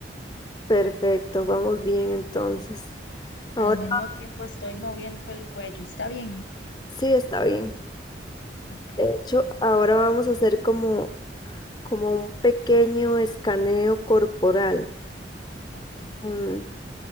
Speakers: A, on the left; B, on the left.
A: perfecto, vamos bien entonces. Ahora
B: Al mismo tiempo estoy moviendo el cuello. ¿Está bien?
A: sí está bien.
B: Ok,
A: De hecho, ahora vamos a hacer como, como un pequeño escaneo corporal.
B: ok,
A: Em,